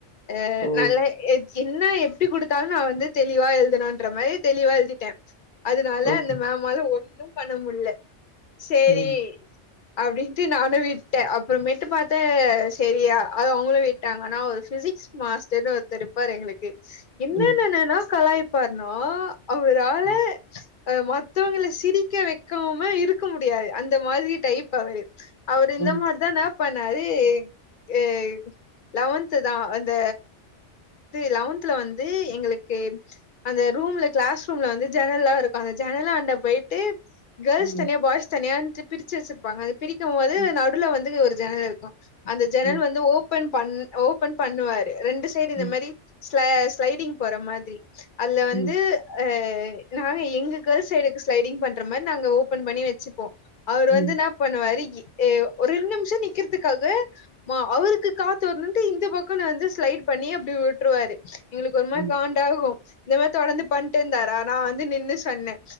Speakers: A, on the left; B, on the left.
A: அ
B: ஓ
A: நல்லா எச் என்ன எப்டி குடுத்தாலு நா வந்து தெளிவா எழுதனுன்ற மாரி தெளிவா எழுதிட்டே அதனால
B: ஓகே
A: அந்த மேமால ஒண்ணு பண்ண முல்ல சேரி
B: ம்
A: அப்டின்ட்டு நானு விட்டே அப்பறமேட்டு பாத்த செரியா அது அவங்களு விட்டாங் ஆனா ஒரு பிசிக்ஸ் மாஸ்டர்னு ஒர்த்தர்ருப்பாரு எங்களுக்கு என்னன்னென்னாளா
B: ம்
A: கலாய் பார்னா அவுரா
B: ம்
A: அ மத்தவங்கள சிரிக்க வெக்காம இருக்க முடியாது அந்த மாரி டைப்பாவே அவுரு இந்த
B: ம்
A: மார் தா நா பண்ணாரு ஏ லெவன்த் தா அந்த இது லெவன்த்ல வந்து எங்களுக்கு அந்த ரூம்ல கிளாஸ் ரூம்ல வந்து ஜன்ல்லா இருக்கு அந்த ஜன்னலாண்ட போயிட்டு கேர்ள்ஸ்
B: ம்
A: தனியா பாய்ஸ் தனியான்ட்டு பிரிச்சு வெச்சிருப்பாங்க அது பிரிக்கு மோது
B: ம்
A: நடுவுல வந்து ஒரு ஜனல் இருக்கு அந்த ஜனல்
B: ம்
A: வந்து ஓபன் பண் ஓபன் பண்ணுவாரு ரெண்டு சைடு
B: ம்
A: இந்த மாரி ஸ்ல ஸ்லைடிங் போற மாரி அதுல வந்து
B: ம்
A: அ நாங்க எங்க கேர்ள்ஸ் சைடுக்கு ஸ்லைடிங் பண்ற மாரி நாங்க ஓபன் பண்ணி வெச்சுப்போ அவுரு
B: ம்
A: வந்துன்னா பண்ணுவாரு ஒரு ரெண்டு நிம்ஷோ நிக்கிறதுக்காக அவருக்கு காத்து வர்னுன் இந்த பக்க வந்து ஸ்லைட் பண்ணி அப்டி உட்ருவாரு எங்களுக்கு ஒரு மாரி
B: ம்
A: காண் டாகு இந்த மாரி தொடர்ந்து பண்ட்டேந்தரா நா வந்து நின்னு சொன்ன